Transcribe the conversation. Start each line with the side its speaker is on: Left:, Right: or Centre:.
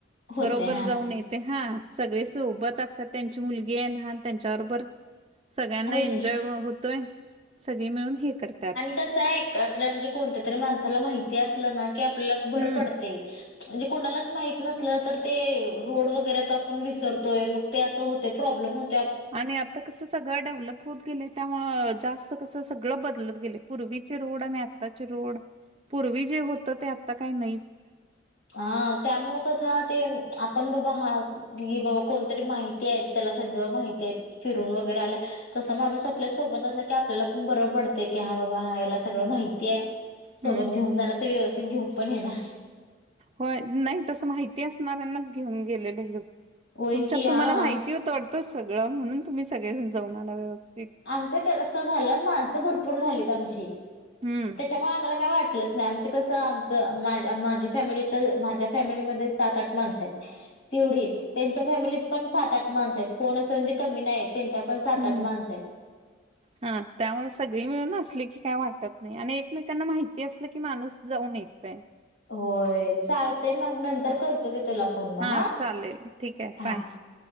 Left: होते
Right: बरोबर
Left: हा
Right: जाऊन येत. ते हा, सगळे सोबत असतात त्यांची मुलगी आहे लहान त्यांच्याबरोबर. सगळ्यांना
Left: होय
Right: एन्जॉय
Left: की
Right: होतोय, सगळे मिळून हे करतात.
Left: कस हाय एखाद्या म्हणजे कोणत्या तरी माणसाला माहिती असलं ना की आपल्याला बरं
Right: हम्म
Left: पडतय. म्हणजे कोणालाच माहित नसलं तर ते, रोड वगैरेत आपण विसरतोय मग ते असं होते प्रॉब्लेम होत.
Right: आणि आता कस सगळं डेव्हलप होत गेले, त्यामूळ जास्त कस सगळं बदलत गेलय. पूर्वीचे रोड आणि आत्ताचे रोड, पूर्वी जे होत ते आता काही नाही.
Left: हा त्यामुळे कसं ते आपण बघा अस. ती बग कोणतरी माहिती आहेत, त्याला सगळं माहिती आहे फिरून वगैरे आल्या तसा माणूस आपल्या सोबत असला की आपल्याला पण बरं पडते की, हा बाबा हा याला सगळं माहिती आहे. सोबत
Right: हम्म
Left: घेऊन जाणार तर व्यवस्थित घेऊन पण येणार.
Right: व्यय, नाही तसं माहिती असणाऱ्यांनाच घेऊन गेलेलंही होत.
Left: होय
Right: तुमच्यात
Left: की हा.
Right: तुम्हाला माहिती होतं वाटतं सगळं म्हणून तुम्ही सगळे जाऊन आला व्यवस्थित.
Left: आमच ते अस झालं माणसं भरपूर झालीत आमची,
Right: हम्म
Left: त्याच्यामुळे आम्हाला काय वाटल आमचे कसं, आमचं माझ माझी फॅमिली तर माझ्या फॅमिलीमध्ये सात आठ माणसं आहेत. तेवढी त्यांच्या फॅमिलीत पण सात सात आठ माणस आहेत कोण असं म्हणजे कमी नाही त्यांच्या पण सात
Right: हम्म
Left: आठ माणस आहेत.
Right: हा त्यामुळे सगळी मिळून असली की काय वाटत नाही, आणि एकमेकांना माहिती असलं की माणूस जाऊन येतय.
Left: होय, चालतय मग नंतर करतो घे तुला फोन मग
Right: हा चालेल, ठीक आहे.
Left: हा
Right: बाय.